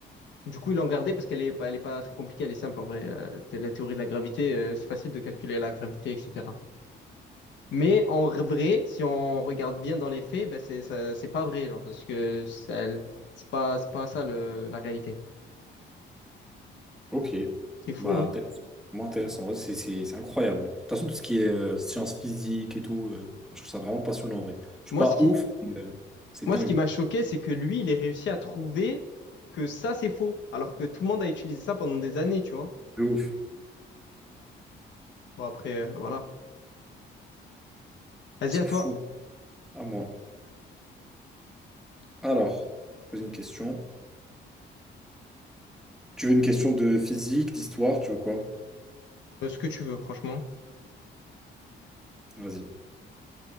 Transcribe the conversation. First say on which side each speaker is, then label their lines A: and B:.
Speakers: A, on the left (about 65°); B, in the centre.
A: Du coup, ils l'ont gardée parce qu'elle est pas, elle est pas très compliquée, elle est simple en vrai. Euh, La théorie de la gravité, euh, c'est facile de calculer la gravité, etc. Mais en vrai, si on regarde bien dans les faits, ben c'est ça- c'est pas vrai, genre, parce que ça- c'est pas c'est pas ça le, la réalité.
B: Ok.
A: C'est fou,
B: Bah,
A: hein.
B: intéressant. Vraiment intéressant. Ouais, c'est c'est- c'est incroyable. De toute façon, tout ce qui est euh, sciences physiques et tout, euh, je trouve ça vraiment passionnant, en vrai. Je
A: Moi,
B: suis pas
A: ce qui
B: ouf, mais euh, c'est
A: moi
B: dingue.
A: ce qui m'a choqué, c'est que lui, il ait réussi à trouver que ça c'est faux, alors que tout le monde a utilisé ça pendant des années, tu vois.
B: De ouf.
A: Bon après, euh, voilà. Vas-y
B: C'est
A: à toi,
B: fou. À moi. Alors, poser une question. Tu veux une question de physique, d'histoire, tu veux quoi?
A: Euh, ce que tu veux, franchement.
B: Vas-y,